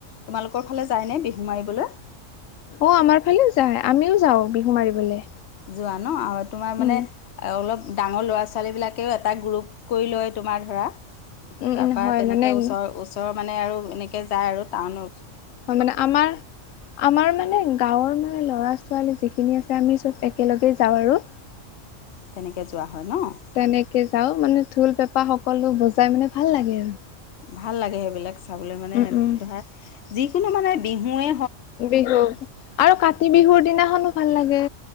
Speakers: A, on the left; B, on the left.
A: তোমালোকৰ ফালে যায় নে বিহু মাৰিবলৈ।
B: অ আমাৰ ফালেও যায়, আমিও যাওঁ বিহু মাৰিবলে।
A: যোৱা ন আৰু তোমাৰ মানে
B: উম।
A: অলপ, ডাঙৰ ল'ৰা ছোৱালীবিলাকেও এটা গ্ৰুপ কৰি লয় তোমাৰ ধৰা।
B: উম,
A: তাৰপৰা
B: উম, হয়
A: তেনেকে
B: মানে
A: ওচৰৰ ওচৰৰ মানে আৰু এনেকে যায় আৰু টাউন,
B: হয় মানে আমাৰ- আমাৰ মানে গাঁৱৰ মানে ল'ৰা ছোৱালী যিখিনি আছে, আমি চব একেলগে যাওঁ আৰু।
A: তেনেকে যোৱা হয় ন
B: তেনেকে যাওঁ মানে ঢোল, পেঁপা সকলো বজাই মানে ভাল লাগে আৰু।
A: ভাল লাগে সেইবিলাক চাবলৈ মানে
B: উম উম।
A: ধৰা, যিকোনো মানে বিহুৱে
B: বিহু। আৰু কাতি বিহুৰ দিনাখনো ভাল লাগে।